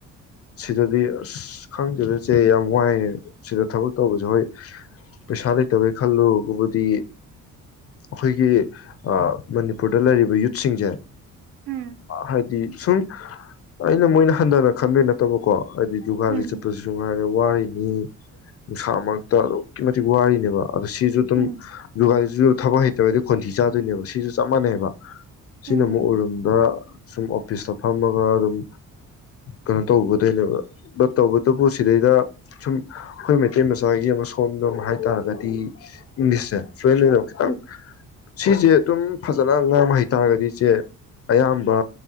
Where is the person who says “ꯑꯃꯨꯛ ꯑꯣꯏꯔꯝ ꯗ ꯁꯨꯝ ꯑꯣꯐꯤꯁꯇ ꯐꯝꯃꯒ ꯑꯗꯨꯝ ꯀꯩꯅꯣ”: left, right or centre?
Left